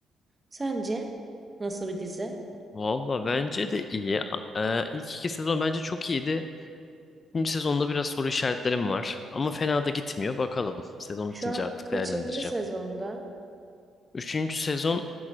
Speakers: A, on the right (about 20°); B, on the left (about 35°).
A: Sence nasıl bir dizi?
B: Valla bence de iyi. A- e, ilk iki sezon bence çok iyiydi. İkinci sezonda biraz soru işaretlerim var. Ama fena da gitmiyor. Bakalım. Sezon
A: Şu
B: bitince
A: an
B: artık
A: kaçıncı
B: değerlendireceğim.
A: sezonda?
B: Üçüncü sezon